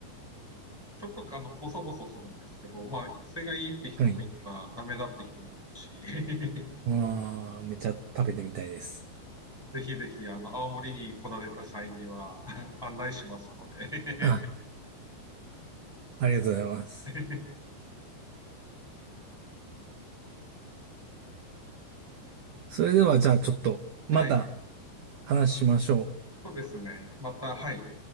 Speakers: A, in the centre; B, on the right.
A: ちょっと、あの、ボソボソするんですけど、まあ、それがいいって人もいれば、
B: う。はい。
A: ダメだって人もいるし。
B: ああ、めっちゃ食べてみたいです。
A: ぜひぜひ、あの、青森に来られた際には <laughs> 案内しますので
B: あ、ありがとうございます。
A: <laughs>
B: それではじゃあちょっとまた
A: はい。
B: 話しましょう。
A: そうですね。また、はい。